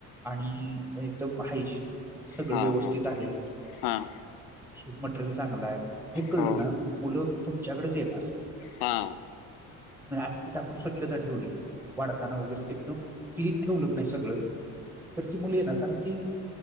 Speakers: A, in the centre; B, on the left.
A: आणि एकदम हायजीन. सगळं
B: हां
A: व्यवस्थित
B: हां
A: आहे.
B: हां
A: हे मटेरियल चांगल आहे. हे कळल
B: हो
A: ना मग मुलं तुमच्याकडेच येणार.
B: हा
A: म्हणजी आज तिथं आपण स्व्छता ठेवली. वाढताना वगैरे एकदम क्लीन ठेवल की नाही सगळ तर ती मुलं येणार. कारण ती